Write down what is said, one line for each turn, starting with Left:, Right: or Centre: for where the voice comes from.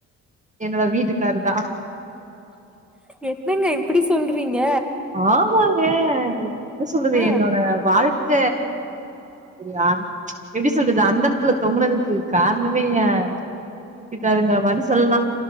Right: என்னோட வீட்டுக்காருதா
Centre: என்னங்க இப்டி சொல்றீங்க
Right: ஆமாங்க என்ன சொல்றது
Centre: ஆ
Right: என்னோட வாழ்க்க யா எப்டி சொல்றது அந்தரத்துல தொங்குனதுக்கு காரணமே எ என் வீட்டுக்காருங்க மாரி சொல்லலா